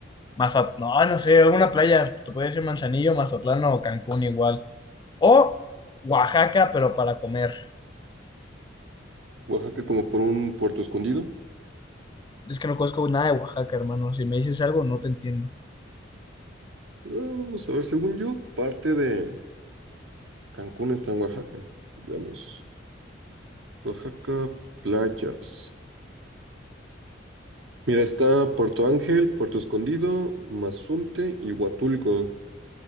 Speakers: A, on the left (about 25°); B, on the right (about 75°).
A: Mazat, no, no sé, alguna playa, te podría decir Manzanillo, Mazatlán o Cancún igual. O Oaxaca, pero para comer.
B: Oaxaca como por un puerto escondido.
A: Es que no conozco nada de Oaxaca, hermano. Si me dices algo, no te entiendo.
B: Ah, vamos a ver, según yo, parte de Cancún está en Oaxaca. Veamos, Oaxaca, playas. Mira, está Puerto Ángel, Puerto Escondido, Mazunte y Huatulco.